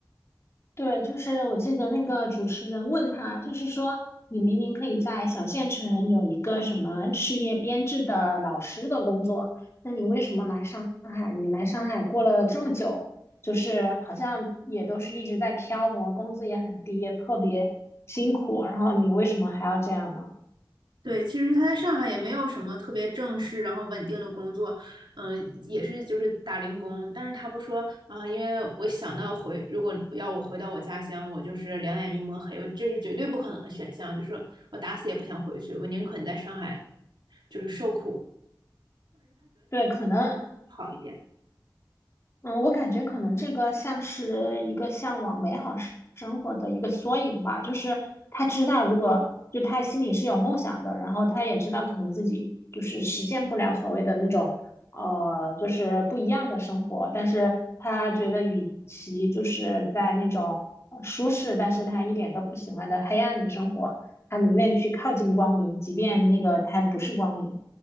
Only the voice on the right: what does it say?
对，其实他在上海也没有什么特别正式，然后稳定的工作，嗯，也是就是打零工。但是他不说啊，因为我想到回，如果要我回到我家乡，我就是两眼一抹黑，我这是绝对不可能的选项，就是我打死也不想回去，我宁肯在上海就是受苦
好一点。